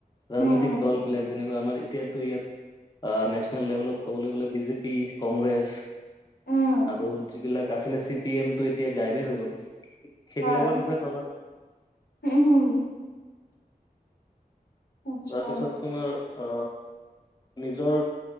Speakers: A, on the left; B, on the left.
A: ৰাজনৈতিক
B: উম,
A: দল বিলাক যেনেকুৱা আমাৰ এতিয়াতো ইয়াত নেচনেল লেভেলত ক'বলৈ গ'লে বিজেপি কংগ্ৰেছ
B: হম, উম,
A: আৰু যিবিলাক আছিলে চি পি এমটো এতিয়া গায়িপেই হৈ গ'ল সেইবিলাকৰ
B: হয়।
A: বিষয়ে পাবা।
B: উম, হুম। আচ্ছা
A: তাৰপিছত। তোমাৰ আ নিজৰ